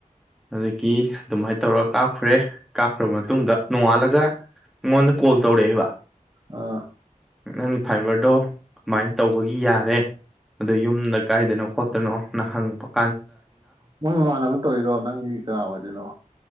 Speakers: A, in the centre; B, on the right.
A: ꯑꯗꯒꯤ ꯑꯗꯨꯃꯥꯏꯅ ꯇꯧꯔꯒ ꯀꯥꯞꯈ꯭ꯔꯦ ꯀꯥꯞꯈ꯭ꯔꯕ ꯃꯇꯨꯡ ꯃꯇꯨꯡꯗ ꯅꯣꯡꯉꯥꯜꯂꯒ ꯑꯩꯉꯣꯟꯗ ꯀꯣꯜ ꯇꯧꯔꯛꯑꯦꯕ
B: ꯑꯥ
A: ꯅꯪꯒꯤ ꯐꯥꯏꯕꯔꯗꯣ ꯀꯃꯥꯏꯅ ꯇꯧꯕꯒꯤ ꯌꯥꯔꯦ ꯑꯗꯣ ꯌꯨꯝꯗ ꯀꯥꯏꯗꯅꯣ ꯈꯣꯠꯇꯅꯣ ꯅꯪ ꯍꯪꯉꯛꯕ
B: ꯃꯣꯏ ꯃꯃꯥꯟꯅꯕ ꯇꯧꯔꯤꯈ꯭ꯔꯣ ꯅꯪꯒꯤ ꯀꯅꯥ ꯑꯣꯏꯗꯣꯏꯅꯣ